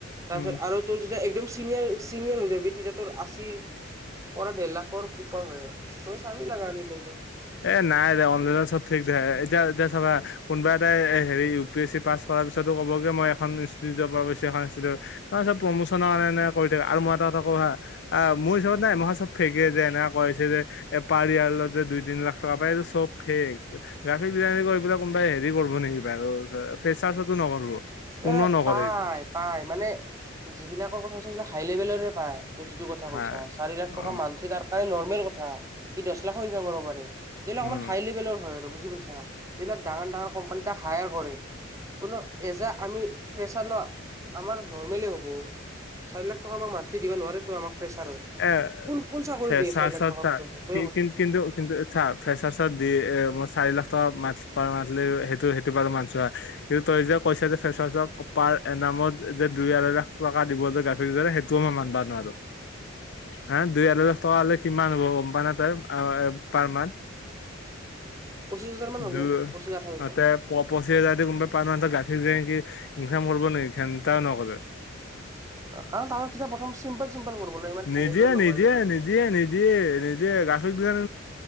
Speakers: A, on the right; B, on the left.
A: তাৰপিছত
B: উম
A: আৰু তোৰ যেতিয়া একদম চিনিয়ৰ চিনিয়ৰ হৈ যাবি তেতিয়া তোৰ আশীৰ পৰা দেৰ লাখৰ ওপৰ হয়। তই চাবি লাগা হ'লে এনে একবাৰ।
B: এ নাই অঞ্জনে চব ঠিক <unintelligible> এতিয়া এতিয়া চাবা হা কোনোবা এটা হেৰি ইউ পি এছি পাছাৰ পিছতো কব কি মই এইখন ইনষ্টটিউটৰ পৰা কৰিছো সেখন ইনষ্টিউটৰ পৰা কৰিছো। তাৰপাছত প্ৰমোচনৰ কাৰণে কৰি থাকে। আৰু মই এটা কথা কওঁ হা আহ মোৰ হিচাপত না মই চব ফেকে যে এনেক কৈছে যে এ পাৰিয়াৰতে দুই তিনি লাখ টকা পায় এইটো চব ফেক। গাফিৰ বিলাই কৰি এইবিলাক কোনোবাই হেৰি কৰিব নেকি বাৰু ধৰ ফ্ৰেছাৰ্ছটো নকৰিব। কোনো
A: নাই
B: নকৰে
A: পাই
B: এইটো
A: পাই মানে যিবিলাকৰ কথা কৈছোঁ, সেইবিলাক হাই লেভেলৰে পায়। তই যিটো কথা
B: হয়
A: কৈছা চাৰি লাখ টকা
B: অ
A: মান্থলি তাৰ কাৰণে নৰ্মেল কথা। ই দহ লাখো ইনকাম কৰিব পাৰে, যিবিলাক
B: উম
A: অকমান হাই লেভেলৰ হয় আৰু বুজি পাইছা? যিবিলাক ডাঙৰ ডাঙৰ কোম্পানী তাক হায়াৰ কৰে। কোনো এজা আমি ফ্ৰেছাৰ ন আমাৰ নৰ্মলে হ'ব, চাৰি লাখ টকা আমাক মান্থলি দিব নোৱাৰে টো আমাক ফ্ৰেছাৰৰ।
B: এ
A: কোন কোন চাকৰিত
B: ফ্ৰেচাৰ্চত
A: দিয়ে ছয় লাখ টকা
B: তাৰ
A: পৈছা তইয়ে ক'চোন?
B: কিন্তু কিন্তু কিন্তু চা ফ্ৰেছাৰ্ছত দি এ মই চাৰি লাখ টকা মন্থলি পাৰ মন্থলি সেইটো সেইটো বাৰু মানিছো হা। কিন্তু তই যে কৈছে যে ফ্ৰেছাৰ্ছক পাৰ এ নামত যে দুই আঢ়ৈ লাখ টকা দিবলৈ গাফিৰ কৰে সেইটোও মই মানবা নোৱাৰো। হা দুই আঢ়ৈ লাখ টকা হলে কিমান হ'ব গম পাও না তই পাৰ মন্থ?
A: পঁচিছ হাজাৰ মান হ'ব
B: দু
A: পঁচিছ আঠাইছ হাজাৰ।
B: অ তে প পঁচিছ হাজাৰ দি কোনোবাই <unintelligible> গাফিৰ কি ইনকাম কৰিব নেকি ঘেন্তও নকৰে।
A: কাৰণ তাৰ যিটো প্ৰথম চিম্পল চিম্পল কৰিব লাগিব, ইমান হাই
B: নিদিয়ে
A: লেভেলত নকৰিব
B: নিদিয়ে
A: না।
B: নিদিয়ে নিদিয়ে নিদিয়ে গ্ৰাফিক ডিজাইন